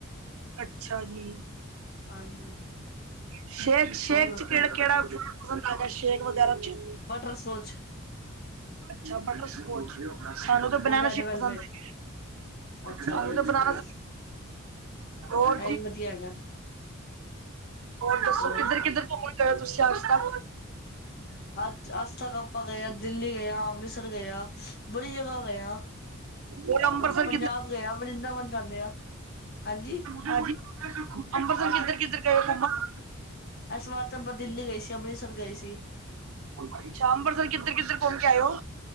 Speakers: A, on the right; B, on the left.
A: ਅੱਛਾ ਜੀ
B: ਹਾਂਜੀ,
A: ਸ਼ੇਕ- ਸ਼ੇਕ
B: ਹੋਰ ਦੱਸੋ?
A: ਚ ਕਿਹੜਾ- ਕਿਹੜਾ ਵਰਕ ਹੈਗਾ ਸ਼ੇਕ ਵਗ਼ੈਰਾ ਚ
B: ਬਟਰ ਸਕੋਚ।
A: ਅੱਛਾ ਬਟਰ ਸਕੋਚ, ਸਾਂਨੂੰ ਤਾਂ
B: ਔਰ
A: ਬਨਾਨਾ
B: ਰੈਡ
A: ਸੇਕ
B: ਵੈਲਵੇਟ।
A: ਪਸੰਦ ਹੈਗੇ
B: ਅੱਛਾ
A: ਨੇ। ਹਾਨੂੰ
B: ਜੀ, ਅੱਛਾ
A: ਤੇ ਬਨਾਨਾ
B: ਜੀ
A: ਸੇ ਹੋਰ
B: ਇਹ ਵੀ ਵਧੀਆ ਹੈਗਾ
A: ਦੱਸੋ
B: ਹੋਰ
A: ਕਿੱਧਰ- ਕਿੱਧਰ? ਾ ਤੁਸੀਂ ਆਸਦਾ
B: ਅੱਜ ਤੱਕ ਆਪਾ ਗਏ ਆ, ਦਿੱਲੀ ਗਏ, ਆ ਅੰਮ੍ਰਿਤਸਰ ਗਏ ਆ। ਬੜੀ ਜਗ੍ਹਾ ਗਏ ਆ,
A: ਹੋਰ ਅੰਮ੍ਰਿਤਸਰ
B: ਆਪਾਂ ਪੰਜਾਬ ਗਏ ਆ, ਵਰਿੰਦਾਵਨ ਜਾਂਦੇ ਆ। ਹਾਂਜੀ
A: ਪਾਜੀ ਅੰਬਰਸਰ ਕਿੱਧਰ- ਕਿੱਧਰ ਗਏ ਆ ਘੁੰਮਣ?
B: ਏਸ ਵਾਰ ਤਾਂ ਆਪਾ ਦਿੱਲੀ ਗਏ ਸੀ, ਅੰਮ੍ਰਿਤਸਰ ਗਏ ਸੀ।
A: ਅੱਛਾ ਅੰਬਰਸਰ ਕਿੱਧਰ- ਕਿੱਧਰ ਘੁੰਮ ਕੇ ਆਏ ਓ?